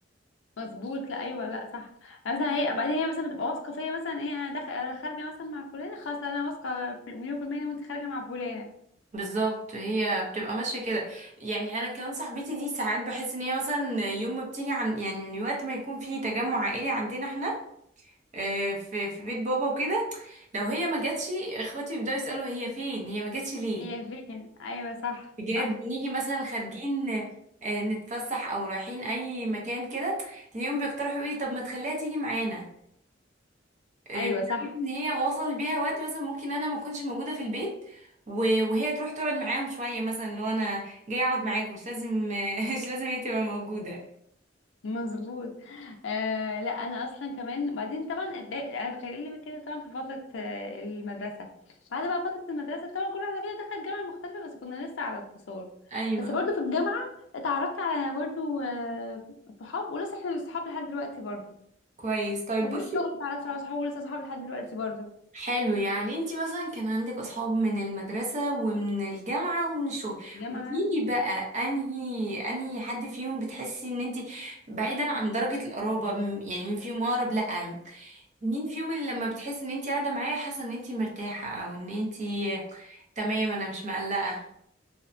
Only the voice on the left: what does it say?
مظبوط لا ايوه لا صح مثلا هي بعدين هي مثلا بتبقى واثقة فيا مثلا ايه انا داخل خارجة مثلا مع فلانة خلاص لا انا واثقة في- مليون في المية إن وانت خارجة مع فلانة
هي فين ايوه صح
صح
ايوه
صح
مظبوط آه لا انا اصلا كمان بعدين طبعا اتضايق- انا بكلمك كده طبعا في فتره آه، المدرسه بعد بقى فتره المدرسه طبعا كل واحده فينا دخلت جامعه مختلفه بس كنا لسه على اتصال
بس برضو في الجامعه اتعرفت على برضو آه، صحاب ولسه احنا اصحاب لحد دلوقتي برضو
وفي
الشغل اتعرفت على صحاب ولسه صحاب لحد دلوقتي برضو
جامعه